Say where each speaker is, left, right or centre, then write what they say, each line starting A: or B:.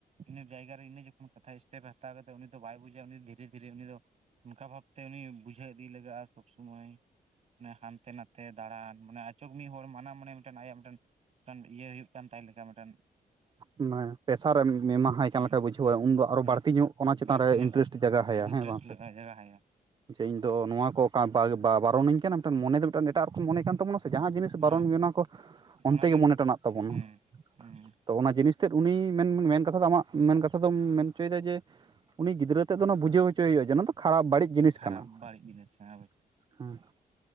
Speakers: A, on the right (about 45°); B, on the right (about 30°).
A: ᱤᱱᱟᱹ ᱡᱟᱭᱜᱟ ᱨᱮ ᱤᱱᱟᱹ ᱡᱚᱠᱷᱚᱱ ᱠᱟᱛᱷᱟ ᱥᱴᱮᱯ ᱦᱟᱛᱟᱣ ᱠᱟᱛᱮᱫ ᱩᱱᱤ ᱫᱚ ᱵᱟᱭ ᱵᱩᱡᱟ ᱩᱱᱤ ᱫᱷᱤᱨᱮ ᱫᱷᱤᱨᱮ ᱩᱱᱤ ᱫᱚᱼᱼ ᱚᱱᱠᱟ ᱵᱷᱟᱵᱽᱛᱮ ᱩᱱᱤ ᱵᱩᱡᱷᱟᱹᱣ ᱤᱫᱤ ᱞᱟᱜᱟᱜᱼᱟ ᱥᱚᱵᱽ ᱥᱩᱚᱢᱚᱭᱼᱼ ᱢᱟᱱᱮ ᱦᱟᱱᱛᱮ ᱱᱟᱛᱮ ᱫᱟᱬᱟᱱ ᱢᱟᱱᱮ ᱟᱪᱚᱠ ᱢᱤᱫ ᱦᱚᱲ ᱢᱟᱱᱟ ᱢᱟᱱᱮᱼᱼ ᱴᱮᱱ ᱟᱭᱟᱜ ᱢᱤᱫᱴᱮᱱ, ᱢᱤᱫᱴᱮᱱ ᱤᱭᱟᱹ ᱦᱩᱭᱩᱜ ᱠᱟᱱ ᱛᱟᱭ ᱞᱮᱠᱟ ᱢᱤᱫᱴᱮᱱᱼᱼ
B: ᱢᱟᱱᱮ ᱯᱮᱥᱟᱨᱮᱢ ᱮᱢᱟᱦᱟᱭ
A: ᱦᱩᱸ
B: ᱠᱟᱱ ᱞᱮᱠᱟ ᱵᱩᱡᱷᱟᱹᱣᱣᱟ
A: ᱦᱩᱸ
B: ᱩᱱᱫᱚ ᱟᱨᱚ
A: ᱦᱩᱸ
B: ᱵᱟᱹᱲᱛᱤ ᱧᱚᱜ ᱚᱱᱟ ᱪᱮᱛᱟᱱ
A: ᱵᱟᱹᱲᱛᱤ
B: ᱨᱮ
A: ᱧᱚᱜ
B: ᱤᱱᱴᱟᱨᱮᱥᱴᱼᱼ ᱡᱟᱭᱜᱟ ᱦᱚᱭᱟ
A: ᱤᱱᱴᱟᱨᱮᱥᱴ
B: ᱦᱮᱸ ᱵᱟᱝ
A: ᱞᱟᱜᱟᱜᱼᱟ
B: ᱥᱮ,
A: ᱡᱟᱜᱟ ᱦᱟᱭᱟ
B: ᱡᱮ ᱤᱧ ᱫᱚ ᱱᱚᱣᱟ ᱠᱚ ᱠᱟ ᱵᱟ ᱵᱟ ᱵᱟᱨᱚᱱᱤᱧ ᱠᱟᱱᱟ ᱴᱮᱱ ᱢᱚᱱᱮ ᱨᱮᱼᱼ
A: ᱦᱮᱸ
B: ᱮᱴᱟᱜ ᱨᱚᱠᱚᱢ ᱢᱚᱱᱮ ᱠᱟᱱ ᱛᱟᱵᱚᱱᱟ ᱥᱮ, ᱡᱟᱦᱟᱸ ᱡᱤᱱᱤᱥ
A: ᱦᱮᱸ
B: ᱵᱟᱨᱚᱱ ᱢᱮᱱᱟ ᱠᱚ,
A: ᱚᱱᱟᱜᱮ
B: ᱚᱱᱛᱮ ᱜᱮ ᱢᱚᱱᱮ ᱴᱟᱱᱟᱜ ᱛᱟᱵᱚᱱᱟ
A: ᱦᱩᱸ
B: ᱾
A: ᱦᱩᱸ ᱾
B: ᱛᱚ ᱚᱱᱟ ᱡᱤᱱᱤᱥ ᱛᱮᱫ ᱩᱱᱤ ᱢᱮᱱ ᱢᱮᱱ ᱠᱟᱛᱷᱟ ᱫᱚ ᱟᱢᱟᱜ, ᱢᱮᱱ ᱠᱟᱛᱷᱟ ᱫᱚᱢ ᱢᱮᱱ ᱦᱚᱪᱚᱭᱮᱫᱟ ᱡᱮᱼᱼ ᱩᱱᱤ ᱜᱤᱫᱽᱨᱟᱹ ᱛᱮᱫ ᱫᱚ ᱚᱱᱟ ᱵᱩᱡᱷᱟᱹᱣ ᱦᱚᱪᱚᱭᱮ ᱦᱩᱭᱩᱜᱼᱟ ᱡᱮ, ᱱᱚᱣᱟ ᱫᱚ ᱠᱷᱟᱨᱟᱯ ᱵᱟᱹᱲᱤᱡ ᱡᱤᱱᱤᱥ
A: ᱠᱷᱟᱨᱟᱯ
B: ᱠᱟᱱᱟ
A: ᱵᱟᱹᱲᱤᱡ ᱡᱤᱱᱤᱥ ᱦᱮᱸ
B: ᱾
A: ᱚᱵᱚᱥᱥᱳᱭ
B: ᱦᱮᱸ ᱾